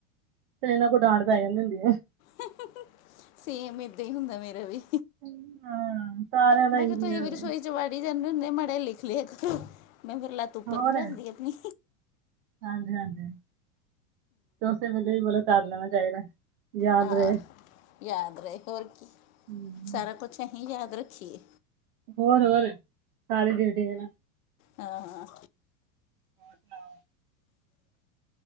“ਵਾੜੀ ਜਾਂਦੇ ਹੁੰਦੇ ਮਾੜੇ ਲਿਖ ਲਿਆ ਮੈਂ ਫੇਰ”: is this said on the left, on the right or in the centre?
Left